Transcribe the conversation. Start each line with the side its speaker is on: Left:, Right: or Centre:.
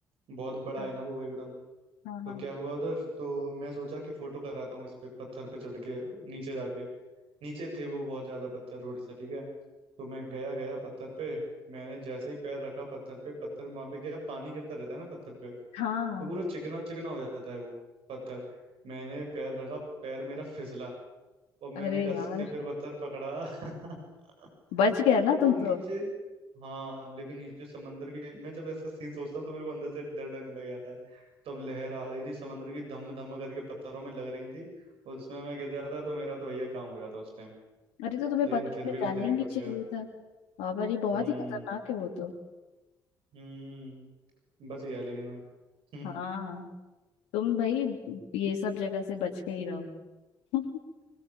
Right: बहुत बड़ा
Left: हाँ
Right: है ना वो एकदम
Left: हाँ
Right: तो क्या हुआ उधर तो मैं सोचा कि फोटो कराता हूँ इस पे पत्थर पे चढ़ के नीचे जाके नीचे थे वो बहुत ज्यादा पत्थर रोड से ठीक है तो मैं गया गया पत्थर पे मैंने जैसा ही पैर रखा पत्थर पे पत्थर वहां पे गया पानी गिरता रहता है ना पत्थर पे
Left: हाँ
Right: तो पूरा चिकना चिकना हो जाता है वो पत्थर मैंने पैर रखा पैर मेरा फिसला और मैंने
Left: अरे
Right: कस
Left: यार
Right: के फिर पत्थर पकड़ा <laughs>
Left: बच गया ना
Right: और
Left: तुम
Right: नीचे
Left: तो
Right: हाँ लेकिन नीचे समंदर की मैं जब ऐसा सीन सोचता हूँ तो मेरे को अंदर से डर लगने लग जाता है तब लहर आ रही थी समंदर की धम धम करके पत्थरों में लग रही थी उसमें मैं गिर जाता तो मेरा तो भैया काम हो जाता उस टाइम
Left: अरे तो तुम्हें
Right: लेकिन
Left: पता
Right: फिर
Left: में
Right: भी उस
Left: जाना
Right: दिन
Left: ही
Right: भी
Left: नहीं
Right: बच
Left: चाहिए
Right: गया
Left: था बाबा ये बहुत
Right: हम्म
Left: ही खतरनाक है वो तो
Right: हम्म बच गया लेकिन मैं हम्म
Left: हाँ तुम भाई ये सब जगह से बच के ही रहो <laughs>